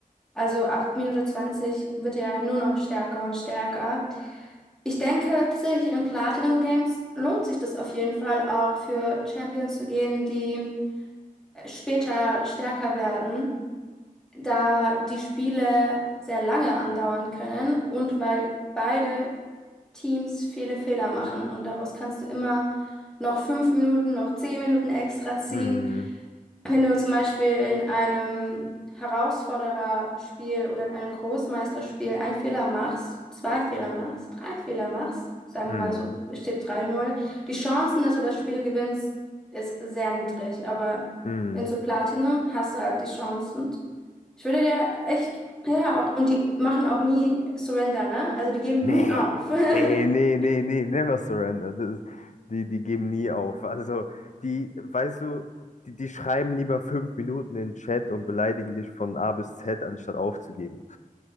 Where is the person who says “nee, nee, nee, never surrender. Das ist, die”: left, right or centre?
Left